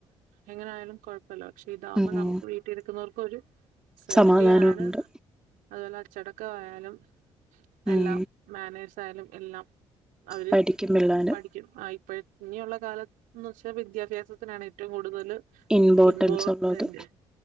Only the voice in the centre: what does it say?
ഉം
സമാധാനമുണ്ട്
ഉം
പഠിക്കും പിള്ളേര്
ഇമ്പോർട്ടൻസ്
ഉള്ളത്